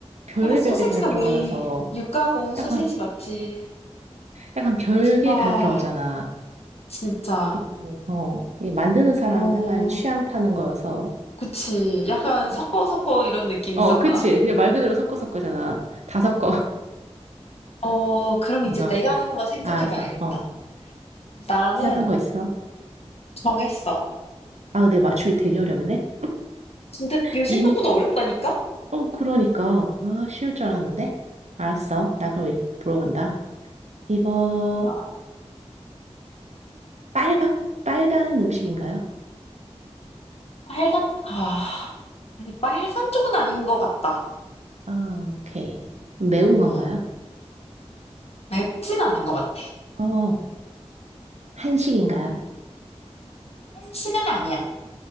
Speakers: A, on the right; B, on the left.
A: 별의별
B: 약간 소세지가
A: 게 다 들어가나서
B: 메인. 육가공 소세지
A: 약간,
B: 맞지?
A: 약간 별게
B: 아,
A: 다 들어가잖아.
B: 진짜.
A: 네. 어, 이 만드는 사람
B: 어,
A: 약간 취향 파는 거여서.
B: 그치. 약간 섞어
A: 음.
B: 섞어 이런 느낌이잖아.
A: 어, 그치. 그냥 말 그대로 섞어서 거잖아. 다 섞어.
B: 어, 그럼
A: <laughs>
B: 이제
A: 어,
B: 내가 한번 생각해
A: 알았어.
B: 봐야겠다.
A: 어,
B: 나는
A: 생각한 거 있어?
B: 정했어.
A: 아, 근데 맞추기 되게 어렵네.
B: 근데 이거
A: 이미,
B: 생각보다 어렵다니까?
A: 어, 그러니까. 아, 쉬울 줄 알았는데. 알았어. 나 그럼 일- 물어본다. 이거,
B: 아,
A: 빨각, 빨간 음식인가요?
B: 빨갛, 아, 근데 빨간 쪽은 아닌 것 같다.
A: 아, 오케이. 매운 건가요?
B: 어, 맵진 않은 것 같아.
A: 어, 한식인가요?
B: 한식은 아니야.